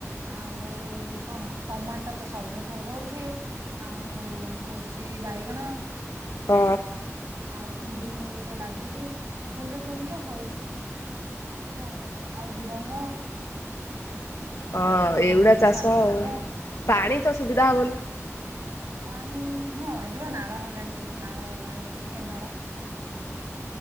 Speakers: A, on the right; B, on the left.
A: ଆଉ କଣ ଟମାଟୋ ତ ସବୁଥର ରହୁଛି ଆଉ ହଉଛି ବାଇଗଣ।
B: ହଁ।
A: ଆଉ କୁନ୍ଦୁୁର ଫୁନ୍ଦୁରି ତ ଲାଗୁଛି କୁନ୍ଦୁରି ଫୁନ୍ଦୁରି ତ ହଉଛି ଆଉ କଣ ଆଉ ଝୁଡଙ୍ଗ।
B: ହଁ
A: ଆଉ କଣ
B: ଏଇଗୁଡା
A: ଏଇ
B: ଚାଷ
A: ଶାଗ
B: ଆଉ
A: ଫାଗ ହଁ
B: ପାଣି ତ ସୁବିଧା ହବନି। <unintelligible>
A: ପାଣି ହଁ ଏବେ ବା ନାଳ ହେଲାଣି ସେପଟେ ନାଳ ଗଲାଣି ଗୋଟେ କେନାଳ।